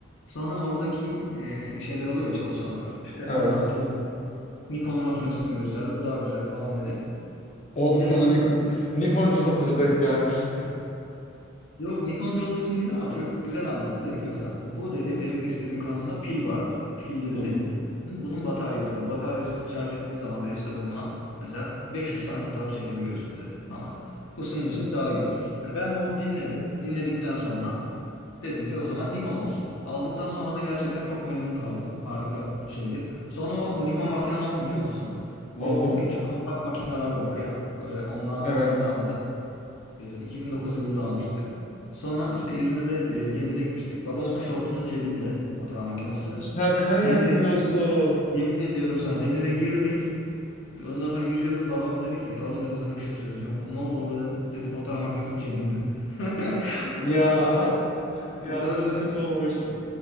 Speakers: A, on the left; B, on the left.
A: Sonra oradaki e, şeyler oluyor ya, çalışanlar. İşte
B: Evet.
A: anlattı bu da Nikon'un makinesini gösterdi. Bu daha güzel falan dedi.
B: O
A: Bir de
B: sana
A: benim
B: Nik-
A: istedim.
B: Nikoncu satıcı denk gelmiş.
A: Yok Nikoncu olduğu için değil ama çocuk güzel anlattı. Dedi ki mesela bu dedi benim istediğim kanonda pil vardı. Pilli
B: Hı
A: dedi.
B: hı.
A: Bunun bataryası var. Bataryasını şarj ettiğin zaman dedi işte bundan mesela 500 tane fotoğraf çekebiliyorsun dedi falan. Bu senin için daha iyi olur. Hani ben de onu dinledim. Dinledikten sonra dedim ki o zaman Nikon olsun. Aldıktan sonra da gerçekten çok memnun kaldım. Harika bir şeydi. Sonra o Nikon makine ne oldu biliyor musun?
B: Ne
A: O
B: oldu?
A: küçük kompakt makineler var ya. e, Onlar onlardandı.
B: Evet.
A: E, 2009 yılında almıştık. Sonra işte İzmir'de e, denize gitmiştik. Babamın şortunun cebinde fotoğraf makinesi.
B: Şaka yapıyorsun.
A: Denize girip, yemin ediyorum sana denize girdik. Ondan sonra yüzüyoruz. Babam dedi ki oğlum dedi sana bir şey söyleyeceğim falan. Ne oldu baba dedim. Dedi fotoğraf makinesi cebimde. <laughs>
B: Ya.
A: Ondan sonra o,
B: <laughs> Ya
A: o kadar
B: of çok
A: üzülmüştüm
B: kötü olmuş.
A: ki.